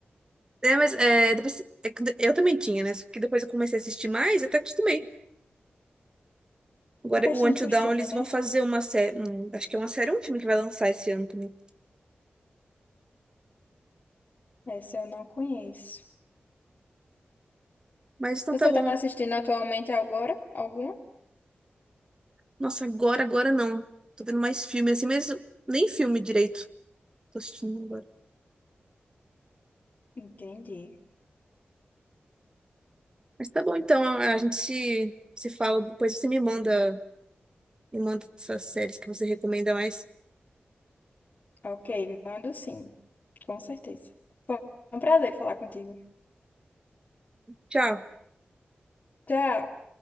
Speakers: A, on the right; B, on the left.
A: É, mas é, depois, é que eu também tinha, né? Só que depois eu comecei a assistir mais, até acostumei. Agora,
B: É questão
A: o One
B: de
A: Till
B: costume,
A: eles
B: né?
A: vão fazer uma série. Um, acho que é uma série, um filme que vai lançar esse ano também.
B: Essa eu não conheço.
A: Mas então
B: Você
A: tá bom.
B: tá assistindo atualmente agora? Alguma?
A: Nossa, agora, agora não. Tô vendo mais filme assim, mas nem filme direito. Tô assistindo agora.
B: Entendi.
A: Mas tá bom, então a gente se, se fala, depois você me manda, me manda essas séries que você recomenda mais.
B: Ok, mando sim. Com certeza. Foi um prazer falar contigo.
A: Tchau.
B: Tchau.